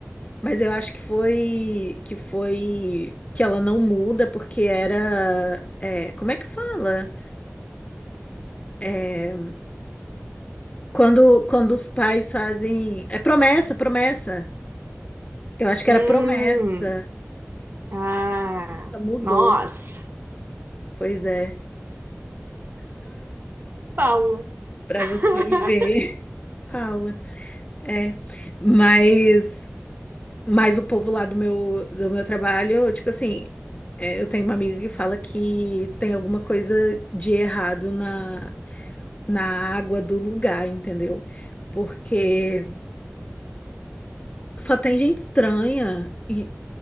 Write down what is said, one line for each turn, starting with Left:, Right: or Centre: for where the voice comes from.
Left: Mas eu acho que foi que foi que ela não muda porque era é, como é que fala? É, quando quando os pais fazem é promessa, promessa. Eu acho que
Right: Hum.
Left: era promessa.
Right: Ah,
Left: Ela Mudou.
Right: nossa.
Left: Pois é,
Right: Paula.
Left: para
Right: <laughs>
Left: você ver. <laughs> Paula. É, mas Mas o povo lá do meu, do meu trabalho, tipo assim, é, eu tenho uma amiga que fala que tem alguma coisa de errado na, na água do lugar, entendeu? Porque só tem gente estranha e,